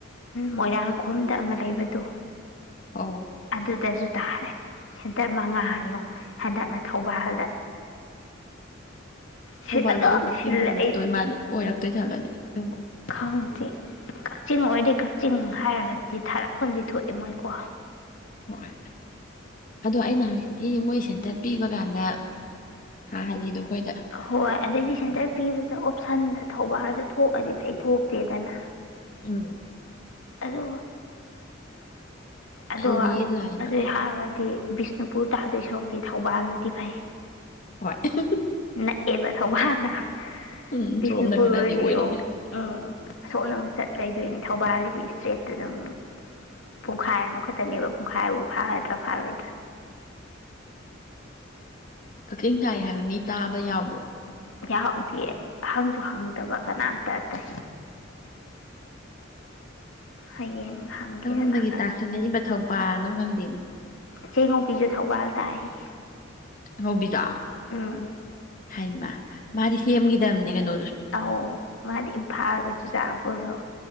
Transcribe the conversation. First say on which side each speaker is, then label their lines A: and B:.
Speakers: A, on the left; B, on the left.
A: ꯃꯣꯏꯔꯥꯡꯈꯣꯝꯗ ꯑꯃ ꯂꯩꯕꯗꯣ
B: ꯑꯧ
A: ꯑꯗꯨꯗꯁꯨ ꯇꯥꯔꯦ ꯁꯦꯟꯇꯔ ꯃꯉꯥ ꯍꯥꯏꯌꯣ ꯍꯟꯗꯛꯅ ꯊꯧꯕꯥꯜꯗ ꯁꯤ
B: ꯊꯧꯕꯥꯜꯗꯕꯨ
A: ꯑꯗꯨꯝ
B: ꯀꯛꯆꯤꯡ
A: ꯁꯤꯜꯂꯦ
B: ꯑꯣꯏꯔꯛꯇꯣꯏ
A: ꯑꯩꯗꯤ
B: ꯃꯥꯂꯤ ꯑꯣꯏꯔꯛꯇꯣꯏ ꯖꯥꯠꯂꯅꯦ ꯑꯗꯨꯕꯣ
A: ꯈꯪꯗꯦ ꯀꯛꯆꯤꯡ ꯑꯣꯏꯔꯗꯤ ꯀꯛꯆꯤꯡ ꯍꯥꯏꯔꯒꯗꯤ ꯊꯥꯔꯛꯐꯝꯗꯤ ꯊꯣꯛꯑꯦ ꯃꯣꯏꯀꯣ
B: ꯍꯣꯏ ꯑꯗꯣ ꯑꯩꯅ ꯍꯥꯏ ꯍꯥꯏꯗꯤ ꯃꯣꯏ ꯁꯦꯟꯇꯔ ꯄꯤꯕ ꯀꯥꯟꯗ ꯊꯥꯍꯜꯂꯤꯗꯣ ꯑꯩꯈꯣꯏꯗ
A: ꯍꯣꯏ ꯑꯗꯩꯗꯤ ꯁꯦꯟꯇꯔ ꯄꯤꯕꯗꯣ ꯑꯣꯞꯁꯟꯗ ꯊꯧꯕꯥꯜꯖꯦ ꯊꯣꯛꯑꯗꯤ ꯐꯩ ꯊꯣꯛꯇꯦꯗꯅ
B: ꯎꯝ
A: ꯑꯗꯨ ꯑꯗꯣ
B: ꯇꯜꯂꯤꯌꯦ ꯂꯥꯏꯃ
A: ꯑꯗꯨꯏ ꯍꯥꯏꯔꯨꯔꯗꯤ ꯕꯤꯁꯅꯨꯄꯨꯔ ꯇꯥꯗꯣꯏ ꯁꯔꯨꯛꯄꯨꯗꯤ ꯊꯧꯕꯥꯜꯅꯗꯤ ꯐꯩ
B: ꯍꯣꯏ ꯑ ꯍ ꯍꯨ
A: ꯅꯛꯑꯦꯕ ꯊꯧꯕꯥꯜꯅ
B: ꯎꯝ
A: ꯕꯤꯁꯅꯨꯄꯨꯔ
B: ꯁꯣꯝꯅ ꯈꯔꯗꯤ
A: ꯑꯣꯏꯔꯗꯤ
B: ꯑꯣꯏꯔꯤꯃꯤꯅ
A: ꯌꯣꯡ ꯎꯝ ꯁꯣꯝꯗ ꯑꯃꯨꯛ ꯆꯠ ꯂꯩꯗꯣꯏꯅꯦ ꯊꯧꯕꯥꯜꯒꯤꯗꯤ ꯏꯁꯇ꯭ꯔꯦꯠꯇ ꯑꯗꯨꯝ ꯄꯨꯡꯈꯥꯏ ꯑꯃꯨ ꯈꯛꯇꯅꯦꯕ ꯄꯨꯡꯈꯥꯏꯕꯨ ꯐꯥꯒꯗ꯭ꯔꯥ ꯐꯥꯔꯣꯏꯗ꯭ꯔꯥ
B: ꯀꯛꯆꯤꯡ ꯇꯥꯏ ꯍꯥꯏꯕ ꯃꯤ ꯇꯥꯕ ꯌꯥꯎꯕ꯭ꯔꯣ
A: ꯌꯥꯎꯗꯦ ꯍꯪꯁꯨ ꯍꯪꯗꯕ ꯀꯅꯥꯝꯇ ꯑꯇꯩ ꯍꯌꯦꯡ ꯍꯪꯒꯦ
B: ꯀꯔꯣꯝꯗꯒꯤ
A: ꯀꯅꯥ ꯀꯅꯥ
B: ꯇꯥꯁꯜꯂꯛꯏꯕ ꯊꯧꯕꯥꯜꯅꯣ ꯈꯪꯗꯦꯅꯦ
A: ꯆꯦ ꯉꯧꯕꯤꯁꯨ ꯊꯧꯕꯥꯜ ꯇꯥꯏ ꯍꯥꯏꯌꯦ
B: ꯑꯉꯧꯕꯤꯖꯨ
A: ꯎꯝ
B: ꯍꯥꯏꯃ ꯃꯥꯗꯤ ꯁꯦꯝꯈꯤꯗ꯭ꯔꯝꯅꯦ ꯀꯩꯅꯣ
A: ꯑꯧ ꯃꯥꯗꯤ ꯏꯝꯐꯥꯜꯒ ꯆꯨꯆꯥꯝꯄꯨꯔꯒ